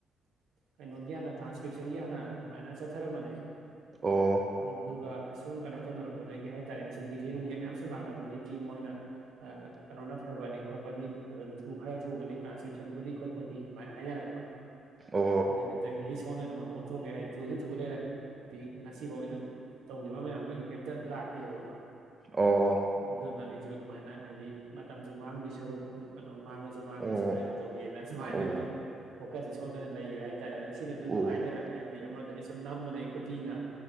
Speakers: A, on the right; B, on the right.
A: ꯀꯩꯅꯣꯒꯤ ꯍꯥꯟꯅ ꯇ꯭ꯔꯥꯟꯁꯀ꯭ꯔꯤꯞꯁꯟꯒꯤ ꯍꯥꯟꯅ ꯑꯗꯨꯃꯥꯏꯅ ꯆꯠꯊꯔꯝꯕꯅꯦ
B: ꯑꯣ
A: ꯑꯗꯨꯒ ꯁꯨꯝ ꯀꯩꯅꯣ ꯇꯧꯅꯔꯛꯄꯗꯒꯤ ꯍꯥꯏꯇꯥꯔꯦꯅꯦ ꯁꯨꯝ ꯗꯤꯂꯦ ꯅꯨꯡꯂꯦ ꯃꯌꯥꯝ ꯁꯨꯝ ꯂꯥꯛꯅꯕꯗꯒꯤ ꯃꯣꯏꯅ ꯀꯩꯅꯣꯅ ꯐꯕꯅꯤ ꯈꯣꯠꯄꯅꯤ ꯑꯗꯨꯅ ꯈꯔ ꯊꯨꯕꯅꯤ ꯇ꯭ꯔꯥꯟꯁꯀ꯭ꯔꯤꯞꯁꯟꯕꯨꯗꯤ ꯈꯣꯠꯄꯨꯗꯤ ꯁꯨꯃꯥꯏꯅ ꯍꯥꯏꯅꯔꯛꯄ
B: ꯑꯣ
A: ꯑꯥ ꯀ ꯑꯩꯒꯤꯗꯤ ꯁꯣꯝꯗ ꯑꯣꯢꯅ ꯑꯣꯟꯊꯣꯛꯀꯦ ꯍꯥꯏ ꯑꯩ ꯊꯨꯁꯨ ꯊꯨ ꯂꯩꯔꯝꯃꯦ ꯍꯥꯏꯗꯤ ꯉꯁꯤꯐꯥꯎ ꯑꯗꯨꯝ ꯇꯧꯈꯤꯕ ꯃꯌꯥꯝꯗꯨꯒꯤ ꯀꯩꯝꯇ ꯂꯥꯛꯇꯦꯕꯀꯣ
B: ꯑꯣ
A: ꯑꯗꯨꯅ ꯑꯩꯁꯨ ꯑꯗꯨꯃꯥꯏꯅ ꯍꯥꯏꯗꯤ ꯃꯇꯝꯁꯨ ꯃꯥꯡꯗꯣꯢ ꯁꯔꯨꯛ ꯀꯩꯅꯣ ꯃꯥꯡꯉꯁꯨ ꯃꯥꯡꯅ
B: ꯑꯣ
A: ꯁꯤꯗ ꯑꯣꯏꯅ ꯇꯧꯒꯦꯅ ꯁꯨꯃꯥꯏꯅ
B: ꯑꯣ
A: ꯑꯣꯏꯅꯣ ꯐꯣꯀꯁꯦ ꯁꯣꯝꯗ ꯑꯣꯏꯅ ꯂꯩꯒ꯭ꯔꯦ ꯍꯥꯏꯇꯥꯔꯦ ꯑꯗꯨꯅ ꯁꯤꯅꯁꯨ
B: ꯑꯣ
A: ꯅꯨꯡꯉꯥꯏ ꯂꯩꯔꯝꯃꯦ ꯍꯥꯏꯗꯤ ꯑꯃꯗꯗꯤ ꯁꯨꯝ ꯅꯝꯕꯗꯩ ꯈꯨꯗꯤꯅ